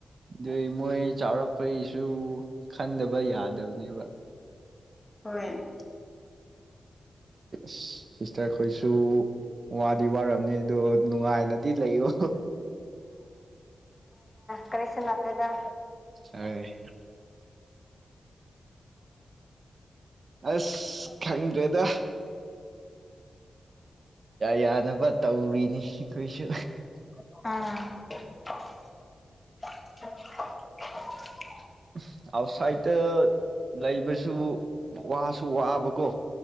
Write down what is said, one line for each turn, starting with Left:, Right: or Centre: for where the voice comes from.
Right: ꯑꯗꯨꯏ ꯃꯣꯏ ꯆꯥꯎꯔꯛꯄꯒꯤꯁꯨ ꯈꯟꯗꯕ ꯌꯥꯗꯕꯅꯦꯕ
Left: ꯍꯣꯏ
Right: ꯁꯤꯁꯇꯔ ꯈꯁꯨ ꯋꯥꯗꯤ ꯋꯥꯔꯝꯅꯤ ꯑꯗꯣ ꯅꯨꯡꯉꯥꯏꯅꯗꯤ ꯂꯩꯌꯣ
Left: ꯀꯔꯤꯁꯟ ꯃꯦꯗ
Right: ꯍꯣꯏ ꯑꯁ ꯈꯪꯗꯦꯗ ꯌꯥꯅꯕ ꯇꯧꯔꯤꯅꯤ ꯑꯩꯈꯣꯏꯁꯨ
Left: ꯑꯥ <unintelligible>
Right: <unintelligible> ꯑꯥꯎꯠꯁꯥꯏꯠꯇ ꯂꯩꯕꯁꯨ ꯋꯥꯁꯨ ꯋꯥꯕꯀꯣ